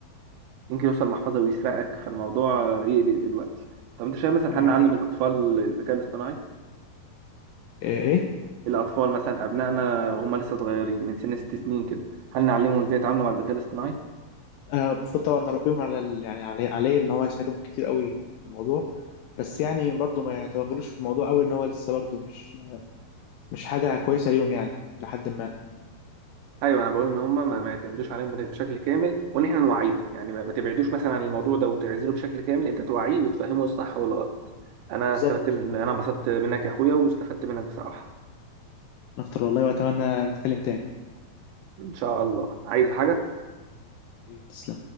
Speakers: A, on the right; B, on the left.
A: يمكن يوصل المحفظة ويسرقك فالموضوع يقلق دلوقتي طب أنت شايف مثلا
B: يعني
A: هنعلم الأطفال الذكاء الاصطناعي
B: آه، ايه
A: الأطفال مثلا أبنائنا وهم لسه صغيرين من سن ست سنين كده هل نعلمهم إزاي يتعاملوا مع الذكاء الاصطناعي؟
B: آه، المفروض طبعا نربيهم على ال... يعني عليه عليه ان هو يساعدهم كتير قوي في الموضوع بس يعني برضه ما يتوغلوش في الموضوع قوي ان هو لسه برضه مش مش حاجه كويسه ليهم يعني لحد ما
A: ايوه انا بقول ان هم ما, ما يعتمدوش عليهم بشكل كامل وان احنا نوعيهم يعني ما, ما تبعدوش مثلا عن الموضوع ده وتعزله بشكل كامل انت توعيه وتفهمه الصح والغلط انا
B: بالظبط
A: استفدت من انا انبسطت منك يا اخويا واستفدت منك بصراحه
B: اكتر والله واتمنى نتكلم تاني
A: ان شاء الله عايز حاجه
B: تسلم